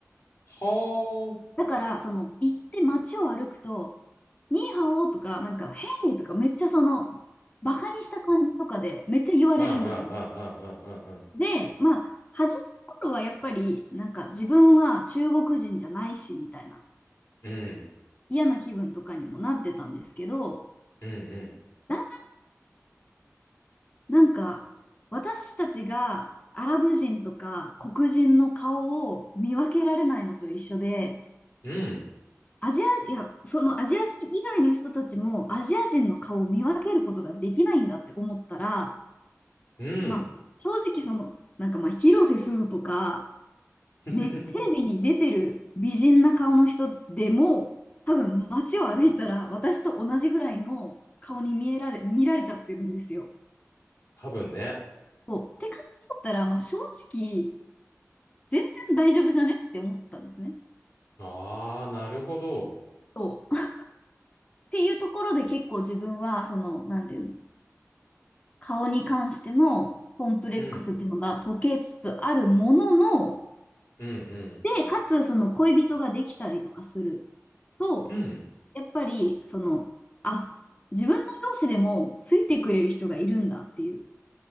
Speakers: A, on the left (about 65°); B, on the left (about 25°).
A: は
B: だから、その、行って街を歩くと、ニーハオとか、なんか、ヘイとか、めっちゃその、バカにした感じとかで、めっちゃ言われるんですね。
A: あ、<laughs> ああ、ああ、ああ、ああ、ああ
B: で、まあ、初めの頃はやっぱり、なんか、自分は中国人じゃないし、みたいな、
A: うん、
B: 嫌な気分とかにもなってたんですけど、
A: うん、うん、
B: だなんか、私たちがアラブ人とか黒人の顔を見分けられないのと一緒で、
A: うん、
B: アジア、いや、そのアジア人以外の人たちもアジア人の顔を見分けることができないんだって思ったら、
A: うん、
B: まあ、正直その、なんかまあ、広瀬すずとか、
A: <laughs>
B: ね、テレビに出てる美人な顔の人でも、多分街を歩いたら私と同じぐらいの顔に見えられ、見られちゃってるんですよ。
A: 多分ね。
B: そう。って考えたら、まあ、正直、全然大丈夫じゃねって思ったんですね。
A: ああ、なるほど。
B: そう。<laughs> っていうところで結構自分は、その、なんていうの、顔に関してのコンプレックスっていうのが解けつつあるものの、
A: うん、うん、うん、
B: で、かつその恋人ができたりとかすると、
A: うん、
B: やっぱり、その、あ、自分の容姿でも好いてくれる人がいるんだっていう